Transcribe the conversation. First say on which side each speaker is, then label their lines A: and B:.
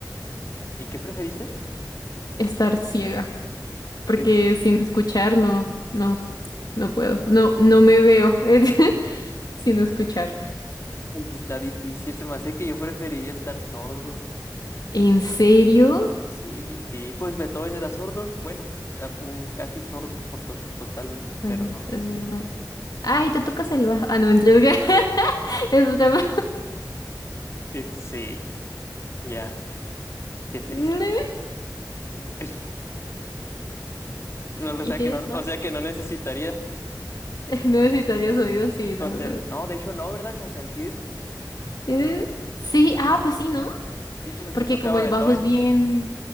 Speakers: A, on the left; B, on the left.
A: ¿Y qué preferiste?
B: estar ciega, porque
A: Es-
B: sin escuchar no, no, no puedo. No, no me veo <laughs> sin escuchar.
A: Ay, sí está difícil, se me hace que yo preferiría estar sordo.
B: ¿En serio?
A: Sí, sí, pues Beethoven era sordo, bueno, a- un- casi sordo por to- totalmente,
B: Bueno,
A: pero
B: es,
A: no.
B: es verdad. Ay, te tocas el bajo. Ah, no, mentira. <laughs> Es broma.
A: <laughs> Sí, ya, qué triste.
B: Ne-
A: <laughs> No, o
B: Y
A: sea
B: tienes
A: que no,
B: más.
A: o sea que no necesitaría
B: <laughs> No Necesitarías oídos, sí, no.
A: consen- No, de hecho no, ¿verdad? Consentir.
B: Eh, Sí, ah, pues sí, ¿no?
A: Sí, pues así
B: Porque
A: tocaba
B: como el
A: Beethoven.
B: bajo es bien,